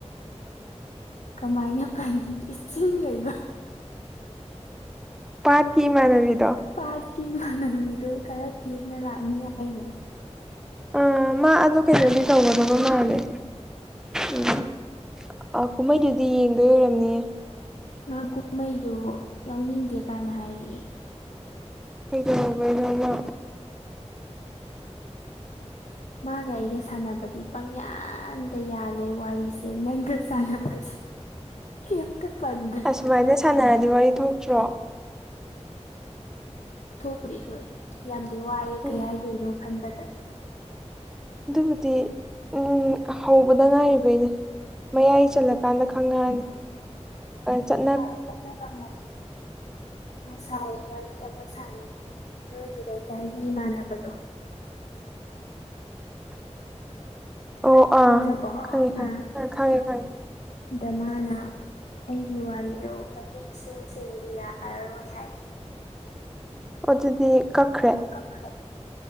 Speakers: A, on the left (about 80°); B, in the centre.
A: ꯀꯃꯥꯏꯅ ꯐꯪꯉ ꯏꯁꯤꯡ ꯂꯩꯕ
B: ꯄꯥꯠꯀꯤ ꯏꯃꯥꯟꯅꯕꯤꯗꯣ
A: ꯄꯥꯠꯀꯤ ꯃꯥꯅꯝꯗꯨ ꯈꯔ ꯊꯦꯡꯅ ꯂꯥꯛꯅꯤ ꯍꯥ <unintelligible>
B: ꯑꯥ ꯃꯥ ꯑꯗꯨ ꯀꯩꯅꯣꯗꯤ ꯇꯧꯒꯗꯕ ꯃꯥꯜꯂꯁꯦ ꯎꯝ ꯑ ꯀꯨꯝꯍꯩꯗꯨꯗꯤ ꯌꯦꯡꯗꯣꯏꯔꯣꯏꯔꯝꯅꯤꯌꯦ
A: ꯃꯥ ꯀꯨꯝꯍꯩꯗꯨ ꯌꯥꯎꯅꯤꯡꯗꯦ ꯀꯥꯏꯅ ꯍꯥꯏꯔꯛꯏ
B: ꯀꯩꯗꯧꯕꯩꯅꫭ ꯃꯥ
A: ꯃꯥꯒ ꯑꯩꯒ ꯁꯥꯟꯅꯕꯗꯤ ꯄꯪꯌꯥꯟꯗ ꯌꯥꯜꯂꯦ ꯋꯥꯔꯤꯁꯦ ꯅꯪꯒ ꯁꯥꯟꯅꯕꯁꯦ ꯀꯝꯇ ꯄꯟꯗꯦ
B: ꯑꯁꯨꯃꯥꯏꯅ ꯁꯥꯟꯅꯔꯗꯤ ꯋꯥꯔꯤ ꯊꯣꯛꯇ꯭ꯔꯣ
A: ꯊꯣꯛꯄꯨꯗꯤ ꯊꯣꯛꯑꯦ ꯌꯥꯝꯗꯤ ꯋꯥꯏꯑꯦ
B: ꯎꯝ
A: ꯀꯩ ꯍꯥꯏꯗꯣꯏꯅꯣ ꯈꯟꯕꯗ
B: ꯑꯗꯨꯕꯨꯗꯤ ꯎꯝ ꯍꯧꯕꯗ ꯉꯥꯏꯔꯤꯕꯩꯅꯦ ꯃꯌꯥꯏ ꯆꯜꯂ ꯀꯥꯟꯗ ꯈꯪꯉꯛꯑꯅꯤ ꯆꯠ
A: ꯑ ꯆꯠꯅ ꯀꯥꯡꯃꯣ ꯉꯁꯥꯏ ꯋꯥꯔꯤ ꯑꯃ ꯁꯥꯟꯅꯩꯏ ꯅꯣꯏꯒꯤ ꯂꯩꯀꯥꯏꯒꯤ ꯏꯃꯥꯟꯅꯕꯗꯣ
B: ꯑꯣ
A: ꯈꯪꯗ꯭ꯔꯄ
B: ꯑꯥ ꯈꯪꯉꯦ ꯈꯪꯉꯦ
A: ꯑ
B: ꯑꯥ ꯈꯪꯉꯦ ꯈꯪꯉꯦ
A: ꯗ ꯃꯥꯅ ꯑꯩꯒꯤ ꯋꯥꯔꯤꯗꯣ ꯃꯒꯤ ꯏꯁꯤꯡꯁꯤꯡꯗꯤ ꯌꯥꯔꯔꯣꯏ ꯍꯥꯏꯌꯦ
B: ꯑꯗꯨꯗꯤ ꯀꯛꯈ꯭ꯔꯦ
A: ꯈ꯭ꯔꯦ